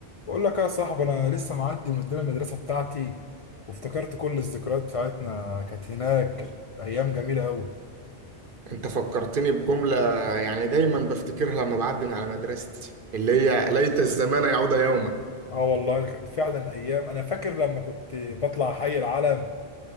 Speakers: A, on the left; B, on the right.
A: بقول لك يا صاحبي انا لسه معدي من قدام المدرسه بتاعتي وافتكرت كل الذكريات بتاعتنا كانت هناك كانت ايام جميله قوي
B: انت فكرتني بجملة يعني دايما بفتكرها لما بعدي من على مدرستي اللي هي ليت الزمان يعود يوما
A: اه والله دي كانت فعلا ايام انا فاكر لما كنت بطلع حي العلم